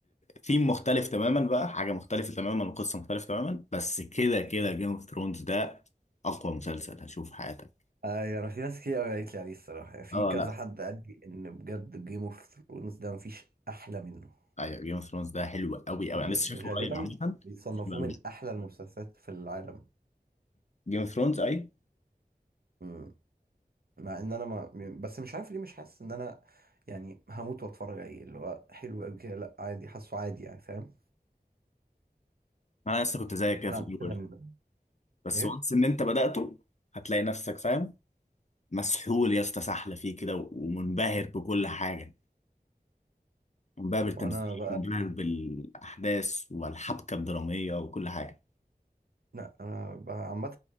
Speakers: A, on the left (about 45°); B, on the right (about 70°).
A: ثيم مختلف تماما بقى حاجة مختلفة تماما وقصة مختلفة تماما بس كده كده جيم اوف ثرونز ده أقوى مسلسل هتشوفه في حياتك
B: اي انا في ناس كتير قوي قالت لي عليه الصراحه يعني في
A: اه
B: كذا
A: لا
B: حد قال لي ان بجد جيم اوف ثرونز ده مفيش احلى منه
A: ايوه جيم اوف ثرونز ده حلو قوي قوي انا
B: يعني
A: لسه شايفه
B: غالبا
A: قريب عامة
B: بيصنفوه
A: حلو قوي
B: من احلى المسلسلات في العالم
A: جيم اوف ثرونز اي
B: مم. مع ان انا ما م- بس مش عارف ليه مش حاسس ان انا يعني هموت واتفرج عليه اللي هو حلو قوي كده لا عادي حاسه عادي يعني فاهم
A: انا لسه كنت زيك كده
B: انا
A: في
B: عامه
A: الاول
B: لما
A: بس
B: ايه
A: وانس ان انت بدأته هتلاقي نفسك فاهم مسحول يا اسطى سحلة فيه كده و- ومنبهر بكل حاجة منبهر بالتمثيل
B: وانا بقى
A: منبهر بالأحداث والحبكة الدرامية وكل حاجة
B: لا انا بقى عامه